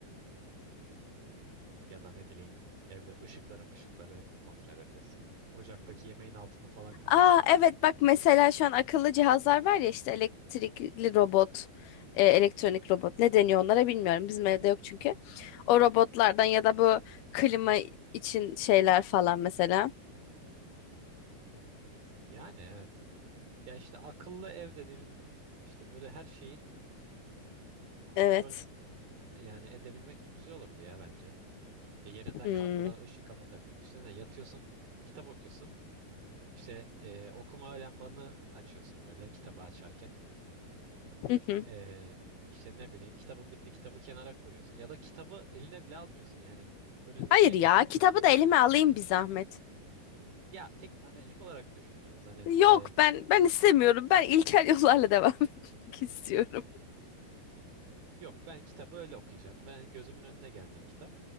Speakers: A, on the right; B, on the left.
A: Ya da ne bileyim evde ışıkları ışıkları kontrol edebilirsin. Ocaktaki yemeğin altını falan kapatabilirsin.
B: Aa evet bak mesela şu an akıllı cihazlar var ya işte elektrikli robot, e, elektronik robot ne deniyor onlara
A: Evet.
B: bilmiyorum. Bizim evde yok çünkü. O robotlardan ya da bu klima için şeyler falan mesela.
A: Yani evet. Ya işte akıllı ev dediğimiz işte böyle her şeyi kontrol
B: Evet.
A: e, yani edebilmek güzel olurdu ya bence. Ya yerinden
B: Hmm.
A: kalkmadan ışığı kapatabilmek. Düşünsene yatıyorsun, kitap okuyorsun. İşte e, okuma lambanı açıyorsun böyle kitabı açarken.
B: Hı hı.
A: E, işte ne bileyim kitabın bitti kitabı kenara koyuyorsun. Ya da kitabı eline bile almıyorsun yani. Önündeki
B: Hayır
A: ekrana
B: ya kitabı
A: atıp okuyorsun.
B: da elime alayım bir zahmet.
A: Ya teknolojik olarak düşünüyoruz. Hani
B: Yok
A: e,
B: ben ben istemiyorum. Ben ilkel yollarla devam <laughs> etmek istiyorum.
A: yok ben kitabı öyle okuyacağım. Ben gözümün önüne gelecek kitap.